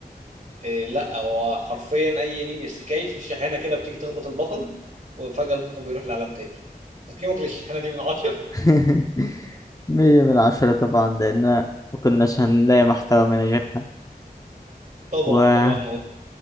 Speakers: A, on the right (about 50°); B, on the left (about 20°).
A: إيه لا هو حرفيا أي أنمي إسكاي في شاحنة كده بتيجي تخبط البطل وفجأة البطل بيروح لعالم تاني تقييمك للشاحنة دي من عشرة؟
B: <laughs> مية من عشرة طبعا لان ما كناش هنلاقي محتوى من غيرها
A: <laughs> طبعا
B: و
A: طبعا